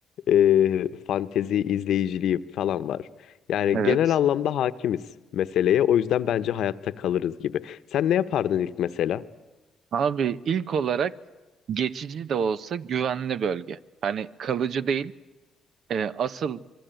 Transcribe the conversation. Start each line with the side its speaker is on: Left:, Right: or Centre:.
Left: e, fantezi izleyiciliği falan var. Yani
Right: Evet.
Left: genel anlamda hakimiz meseleye. O yüzden bence hayatta kalırız gibi. Sen ne yapardın ilk mesela?
Right: Abi ilk olarak geçici de olsa güvenli bölge. Hani kalıcı değil. E, asıl